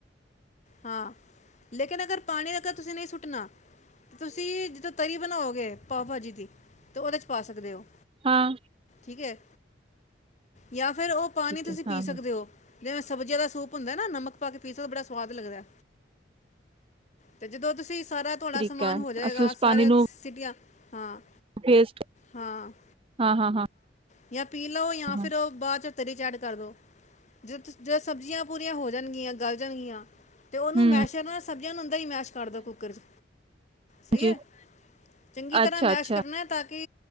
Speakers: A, on the left; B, on the right.
A: ਹਾਂ, ਲੇਕਿਨ ਅਗਰ ਪਾਣੀ ਅਗਰ ਤੁਸੀਂ ਨਹੀਂ ਸੁੱਟਣਾ ਤੁਸੀਂ ਜਿੱਦੋ ਤਰੀ ਬਣਾਓਗੇ ਪਾਓ ਭਾਜੀ ਦੀ ਤੇ ਉਹਦੇ ਚ ਪਾ ਸਕਦੇ ਓ।
B: ਹਾਂ।
A: ਠੀਕ ਐ। ਜਾਂ ਫਿਰ ਉਹ ਪਾਣੀ
B: ਠੀਕ
A: ਤੁਸੀਂ
B: ਹੈ
A: ਪੀ
B: ਹਾਂ
A: ਸਕਦੇ
B: ਹਾਂ
A: ਹੋ, ਜਿਵੇਂ ਸਬਜ਼ੀਆਂ ਦਾ ਸੂਪ ਹੁੰਦਾ ਨਾ ਨਮਕ ਪਾ ਕੇ ਪੀਸੋ ਤੇ ਬੜਾ ਸਵਾਦ ਲੱਗਦੈ ਤੇ ਜਦੋਂ ਤੁਸੀਂ ਸਾਰਾ ਤੁਹਾਡਾ
B: ਤਰੀਕਾ
A: ਸਮਾਨ
B: ਹੈ
A: ਹੋ ਜਾਏਗਾ,
B: ਅਸੀਂ ਉਸ
A: ਸਾਰੇ
B: ਪਾਣੀ ਨੂੰ
A: ਸਿਟੀਆਂ ਹਾਂ।
B: ਵੇਸਟ
A: ਹਾਂ-ਹਾਂ।
B: ਹਾਂ ਹਾਂ ਹਾਂ
A: ਬੀਅਰ ਪੀ ਲਓ ਜਾਂ
B: ਹਾਂ
A: ਫਿਰ ਉਹ ਬਾਅਦ ਚ ਤਰੀ ਚ ਐਡ ਕਰ ਦੋ। ਜ ਜੇ ਸਬਜ਼ੀਆਂ ਪੂਰੀਆਂ ਹੋ ਪਈਆਂ ਗਲ ਜਾਣਗੀਆਂ ਤੇ ਉਹਨੂੰ
B: ਹੂੰ
A: ਮੈਸ਼ ਨਾ ਸਬਜ਼ੀਆਂ ਨੂੰ ਅੰਦਰ ਹੀ ਮੈਸ਼ ਕਰਦਾ ਕੁੱਕਰ ਚ
B: ਹਾਂਜੀ
A: ਸਹੀ ਐ ਚੰਗੀ ਤਰ੍ਹਾਂ
B: ਅੱਛਾ
A: ਮੈਸ਼
B: ਅੱਛਾ
A: ਕਰਨਾ ਤਾਂ ਕਿ